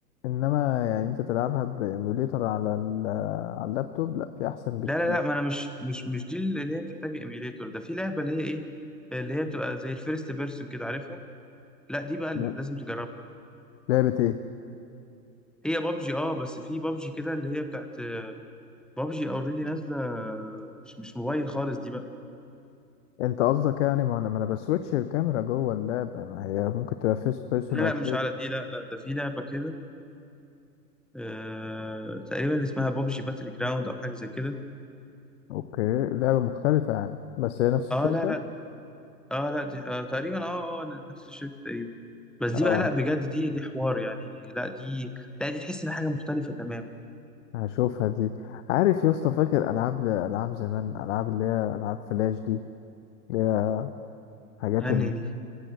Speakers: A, on the left; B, in the centre.
A: انما يعني انت تلعبها بايميوليتر على ال- على اللابتوب لا في احسن بكتير
B: لا لا لا ما انا مش مش مش دي اللي هي بتحتاج ايميليتور ده في لعبه اللي هي ايه اللي هي بتبقى زي الفيرست بيرسون كده عارفها لا دي بقى اللي
A: لا.
B: لازم تجربها
A: لعبه ايه
B: هي بابجي اه بس في بابجي كده اللي هي بتاعت بابجي اوريدي نازله مش مش موبايل خالص دي بقى
A: انت قصدك يعني ما انا ما انا بسويتش الكاميرا جوه اللعبه ما هي ممكن تبقى فيرست بيرسون
B: لا
A: او
B: لا
A: third.
B: مش على دي لا لا ده في لعبة كده آه تقريبا اسمها بابجي باتل جراوند او حاجة زي كده
A: اوكي لعبه مختلفه يعني بس هي نفس الشركه
B: اه لا لا اه لا دي آه تقريبا اه اه نفس الشركة تقريبا بس دي
A: اه
B: بقى لا بجد دي دي حوار يعني لا دي لا دي تحس ان حاجة مختلفة تماما
A: هشوفها دي عارف يا اسطى فاكر العاب العاب زمان العاب اللي هي العاب فلاش دي اللي هي حاجات
B: يعني دي